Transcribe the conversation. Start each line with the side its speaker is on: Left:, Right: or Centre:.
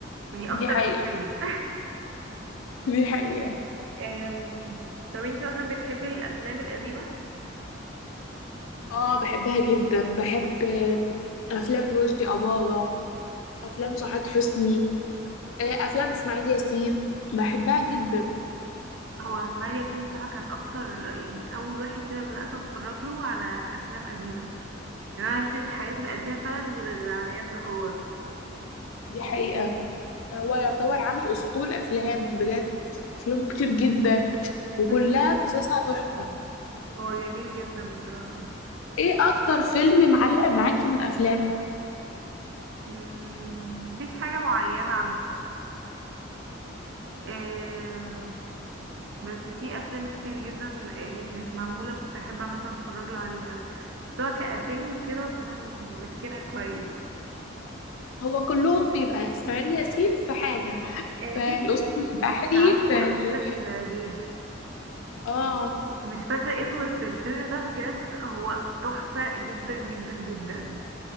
Right: يعني
Left: دي
Right: أكتر
Left: حقيقه
Right: من فيلم
Left: دي حقيقه
Right: <laughs> أم، طب انتي مثلا بتحبي الأفلام القديمة؟
Left: اه بحبها جدا بحب افلام رشدي اباظه افلام سعاد حسني آه، افلام اسماعيل ياسين بحبها جدا
Right: هو إسماعيل ياسين بصراحة كان أكتر يعني أول واحد كده بدأت أتفرج له على أفلام قديمة يعني أنا معرفش الحاجات القديمة فعلا غير على يده هو
Left: دي حقيقه آه، هو يعتبر عامل أسطول أفلام بجد أفلامه كتير جدا
Right: <laughs>
Left: وكلها قصصها تحفة
Right: هو جميل جدا بصراحة
Left: إيه أكتر فيلم معلق معاكي من أفلامه؟
Right: مم، مفيش حاجة معينة عامة بس في افلام كتير جدا آه، كانت معموله كنت احب مثلا اتفرج له عليها بس هو كاسامي وكده بصراحه مش متذكره كويس
Left: هو كلهم بيبقى إسماعيل ياسين في حاجة
Right: آه،
Left: في
Right: في
Left: الأسطول
Right: بصي
Left: البحري
Right: كان عامله
Left: في ال...
Right: قبل كده في الجيش
Left: آه
Right: مش فاكره اسمه بس الفيلم ده بجد هو تحفه جدا جدا جدا